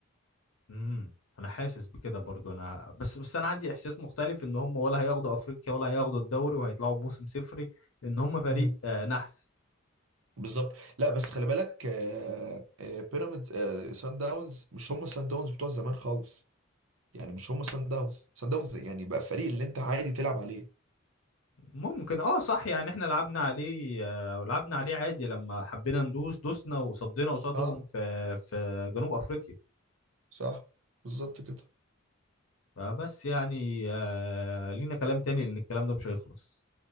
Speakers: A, on the left; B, on the right.
A: امم انا حاسس بكده برضو انا بس بس انا عندي احساس مختلف ان هم ولا هياخدوا افريقيا ولا هياخدوا الدوري وهيطلعوا بموسم صفري لان هم فريق
B: مم.
A: آه نحس
B: بالظبط لا بس خلي بالك آه، آه، بيراميدز آه، سان داونز مش هم سان داونز بتوع زمان خالص يعني مش هم سان داونز سان داونز يعني بقى فريق اللي انت عادي تلعب عليه
A: ممكن اه صح يعني احنا لعبنا عليه آه لعبنا عليه عادي لما حبينا ندوس دوسنا وصدينا قصادهم
B: اه
A: في في جنوب افريقيا
B: صح بالظبط كده
A: فبس يعني آه لينا كلام تاني لان الكلام ده مش هيخلص